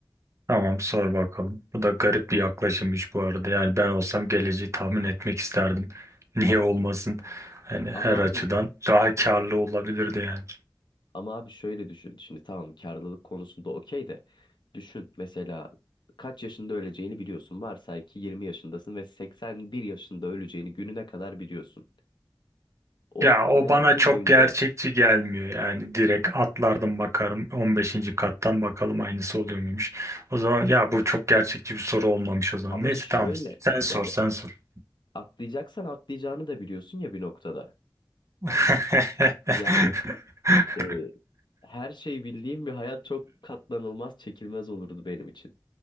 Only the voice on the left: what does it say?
Ama
abi
ama abi şöyle düşün. Şimdi tamam karlılık konusunda okey de düşün mesela kaç yaşında öleceğini biliyorsun. Varsay ki 20 yaşındasın ve 81 yaşında öleceğini gününe kadar biliyorsun. O
hayatın
boyunca
ama
şöyle
yani
atlayacaksan atlayacağını da biliyorsun ya bir noktada.
Yani e, her şeyi bildiğim bir hayat çok katlanılmaz, çekilmez olurdu benim için.